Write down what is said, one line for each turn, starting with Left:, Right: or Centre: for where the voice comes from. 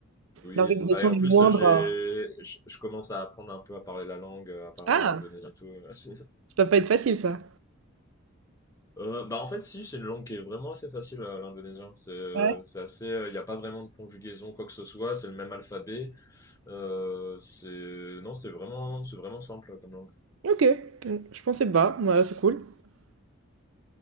Left: Oui,
Right: l'organisation
Left: c'est ça. Et en
Right: est
Left: plus,
Right: moindre,
Left: j'ai,
Right: heu
Left: je je commence à apprendre un peu à parler la langue, à parler
Right: ah!
Left: indonésien et tout. <laughs>
Right: Ça va pas être facile ça.
Left: Euh, bah en fait, si, c'est une langue qui est vraiment assez facile, euh, l'indonésien. C'est,
Right: Ouais.
Left: c'est assez, il n'y a pas vraiment de conjugaison, quoi que ce soit. C'est le même alphabet. Euh, c'est, non, c'est vraiment, c'est vraiment simple euh, comme langue.
Right: OK, mmh, je pensais pas, ouais, c'est cool.